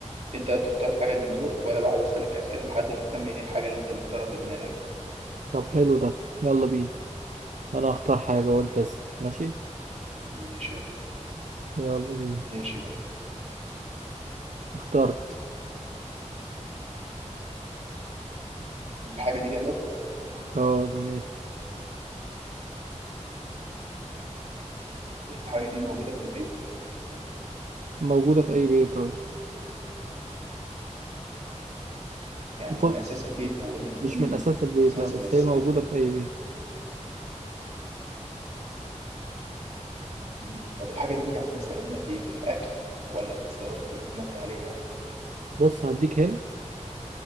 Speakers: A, on the right (about 60°); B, on the right (about 80°).
A: انت بتختار حاجه من دول وانا بقعد اسالك اسئله لحد ما نخمن ايه الحاجه اللي انت مختارها في دماغك دي
B: طب حلو ده يلا بينا انا اختار حاجه وانت اسال ماشي
A: ماشي يلا
B: يلا بينا
A: ماشي يلا
B: اخترت
A: الحاجه دي جماد
B: اه جماد
A: الحاجه دي موجوده في البيت
B: موجوده في اي بيت اه
A: يعني
B: خد
A: من اساس البيت يعني لازم تكون
B: مش من اساس البيت
A: اساس
B: لا بس
A: من اساسيات
B: هي موجوده
A: البيت
B: في اي بيت
A: مم. طب الحاجه دي يعني بنستخدمها في ايه في الاكل ولا بنستخدمها في ان احنا نقعد عليها
B: بص هديك هنا